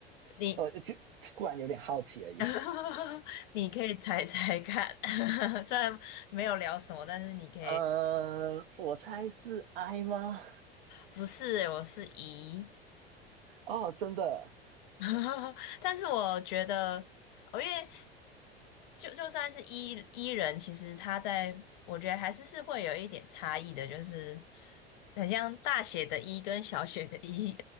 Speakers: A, on the left; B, on the right.
A: 你
B: 我就突然有点好奇而已。
A: <laughs> 你可以猜猜看，<laughs> 虽然没有聊什么，但是你可以，
B: 嗯、我猜是 I 吗？
A: 不是欸我是 E，
B: 哦，真的
A: <laughs> 但是我觉得，哦，因为就就算是 E E 人，其实他在我觉得还是是会有一点差异的，就是很像大写的 E 跟小写的 E，